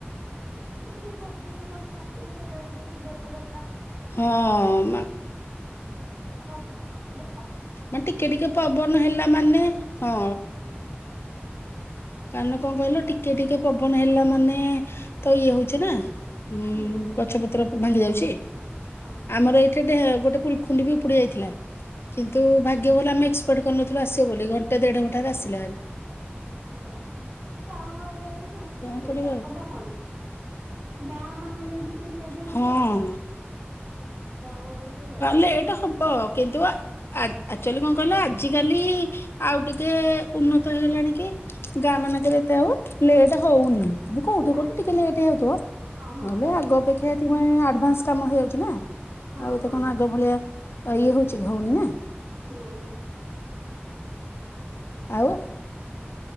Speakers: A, on the right; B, on the left.
A: ସେଇ ଗଛ ସକାଶେ କାଟିକି ସଜାଡି ଦେ ଡ
B: ହଁ ମା
A: <unintelligible>
B: ମ ଟିକେ ଟିକେ ପବନ ହେଲା ମାନେ ହଁ। କାରଣ କଣ କହିଲ ଟିକେ ଟିକେ ପବନ ହେଲା ମାନେ ତ ଇଏ ହଉଚି ନା ଉଁ
A: ହୁଁ
B: ଗଛ ପତ୍ର ଭାଙ୍ଗି ଯାଉଛି
A: ହଁ
B: ଆମର ଏଇଠି ଗୋଟେ ପୁଲଖୁଣ୍ଡି ବି ଉପୁଡି ଯାଇଥିଲା। କିନ୍ତୁ ଭାଗ୍ୟ ଭଲ ଆମେ ଏକ୍ସପେକ୍ଟ କରିନଥିଲୁ ଆସିବ ବୋଲି ଘଣ୍ଟେ ଦେଢ଼ ଘଣ୍ଟାରେ ଆସିଲା ହେରି।
A: ଯାହା ହଉ ଟାଉନ ଏରିଆରେ <inaudible> ସେକଥା
B: କଣ କରିବ ଆଉ
A: ହୁଏନି। ଗାଁ ମାନଙ୍କରେ ଟିକେ ଲେଟ ହଉଚି
B: ହଁ
A: ଆଉ ଗାଁ ମାନଙ୍କରେ। ଟିକେ ଲେଟ୍ ହଉଛି
B: ଲେଟେ ହବ କିନ୍ତୁ ଆ ଆ ଆକ୍ଚୁଆଲି କଣ କହିଲ ଆଜ କାଲି ଆଉ ଟିକେ ଉନ୍ନତ ହେଇଲାଣି କି ଗାଁ ମାନଙ୍କରେ ଏତେ ଆଉ ଲେଟ୍ ହଉନି। କିନ୍ତୁ କୋଉଠି
A: ନାଇଁ
B: କଉଠି ଟିକେ ଲେଟ୍ ହେଯାଉଥିବ
A: ହଁ ହଁ
B: ନହେଲେ
A: ହଁ
B: ଆଗ ଅପେକ୍ଷାେ ଆଡଭାନ୍ସ କାମ ହେଇଯାଉଛି ନା।
A: ହଁ
B: ଆଉ ଏତେ
A: ହଁ
B: କଣ ଆଗ ଭଳିଆ ଇଏ ହଉଛି ହଉନି ନା।
A: ନାଇଁ
B: ଆଉ